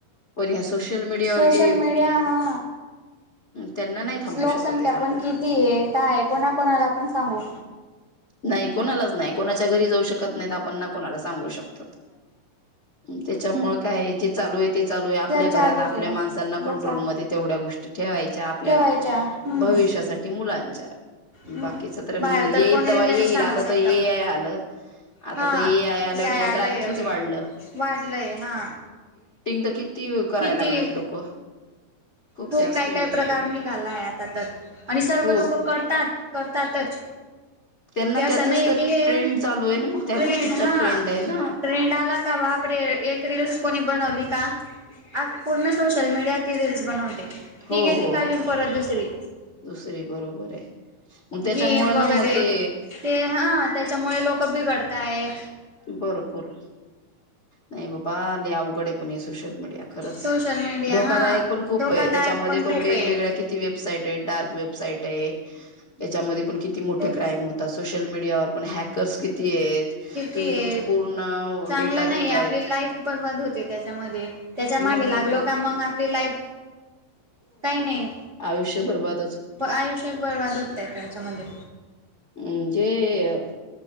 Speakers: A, on the left; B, on the right.
A: पण ह्या सोशल मीडियावर
B: सोशल
A: जे
B: मीडिया हा
A: त्यांना नाही थांबू
B: लोकसंख्या
A: शकत आहेत आपण
B: पण किती आहे काय कोणाकणाला पण सांगू
A: नाही कोणालाच नाही. कोणाच्या घरी जाऊ शकत नाही आपण कोणाला सांगू शकत त्याच्यामुळे काय जे चालू आहे ते चालू आहे आपल्या
B: त्या
A: घरात
B: चालूच
A: आपल्या
B: आहे
A: माणसांना कंट्रोलमध्ये
B: मसा
A: तेवढ्या गोष्टी ठेवायच्या आपल्या
B: ठेवायच्या हम्म
A: भविष्यासाठी मुलांच्या
B: बाहेर
A: बाकीच तर मग येईल
B: कोणी
A: येईल
B: नाही सांगू
A: आता
B: शकता
A: ए
B: पण
A: आय आलं आता
B: हा
A: तर ए आय आल्यामुळे
B: या यालय
A: तर आणखीच
B: अजून
A: वाढलंड
B: वाढलंय हा
A: गकी किती करायला
B: किती
A: लागलेत लोक
B: खूप
A: जास्त
B: काय
A: एडिटिंग
B: काय प्रकार निघालाय आता तर आणि सर्व
A: खूप
B: लोक करतात करतातच
A: त्यांना
B: ते असं
A: त्याचच
B: नाही
A: तर
B: की हे
A: ट्रेंड चालू आहे ना मग त्या
B: ट्रेंड
A: गोष्टींचा
B: हा
A: ट्रेंड आहे ना
B: ट्रेंड आला का बाप रे एक रीलस कोणी बनवली का पूर्ण सोशल मीडियाती रीलस बनवते
A: हो
B: ती गेली
A: हो
B: काजून
A: हो
B: परत दुसरी
A: दुसरी बरोबर आहे मग त्याच्यामुळे
B: गेम वगैरे
A: ना मग ते
B: ते ह त्याच्यामुळे लोक कपी करता आहे
A: बरोपूर नाही बाबा अवघड आहे पण सोश मडिया खच
B: सोशल मीडिया
A: धोकाकादायक
B: हा
A: पण खूप
B: धोकादायक
A: त्याच्या
B: खूप
A: पण वेगवेगळ्या
B: आहे
A: किती वेबसाईट आहे डार्क वेबसाईट आहे त्याच्यामध्ये कितीे
B: खूप
A: क्राम हो सोशमडियावर पण हॅकर किती
B: ते
A: तुम्ही तुमची पूर्ण
B: चांगलं
A: डेटा
B: नाही
A: देतायत
B: आपली लाईफ बर्बाद होते त्याच्यामध्ये त्याच्या मागे
A: मग नाही
B: लागलो
A: तर काय.
B: का मग आपली लाईफ काही नाही
A: आयषभरबात
B: आयुष्यत बर्बाद होतय त्याच्यामध्ये
A: हम्म ज ते